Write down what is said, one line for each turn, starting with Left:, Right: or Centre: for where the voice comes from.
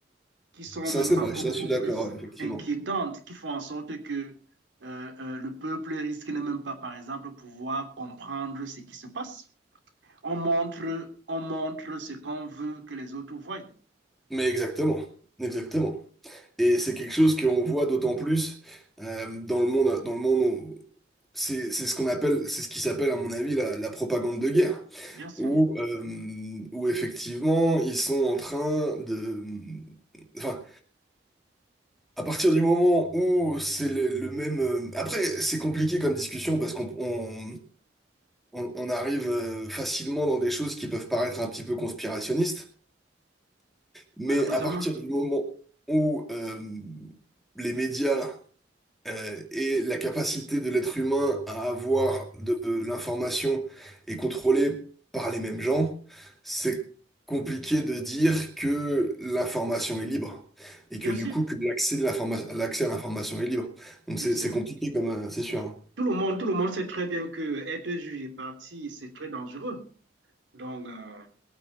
Right: qui sont
Centre: Ça,
Right: même
Centre: c'est vrai,
Right: encore
Centre: ça,
Right: beaucoup
Centre: je suis d'accord,
Right: plus
Centre: ouais, effectivement.
Right: inquiétantes, qui font en sorte que euh, euh, le peuple risque de même pas, par exemple, pouvoir comprendre ce qui se passe. On montre, on montre ce qu'on veut que les autres voient,
Centre: Mais exactement, exactement. Et c'est quelque chose qu'on voit d'autant plus euh, dans le monde, dans le monde où- c'est c'est ce qu'on appelle, c'est ce qui s'appelle, à mon avis, la, la propagande de guerre,
Right: bien sûr,
Centre: où, euh, où effectivement, ils sont en train de... Enfin, À partir du moment où c'est le, le même... euh, Après, c'est compliqué comme discussion parce qu'on on, on- on arrive euh, facilement dans des choses qui peuvent paraître un petit peu conspirationnistes, mais
Right: malheureusement,
Centre: à partir du moment où euh, les médias euh, et la capacité de l'être humain à avoir de, de l'information est contrôlée par les mêmes gens, c'est compliqué de dire que l'information est libre et
Right: bien
Centre: que du
Right: sûr,
Centre: coup que l'accès de l'informa- l'accès à l'information est libre. Donc
Right: bien
Centre: c'est
Right: sûr.
Centre: c'est compliqué comme euh, c'est sûr. hein.
Right: Tout le monde, tout le monde sait très bien que être juge et parti, c'est très dangereux. Donc, euh,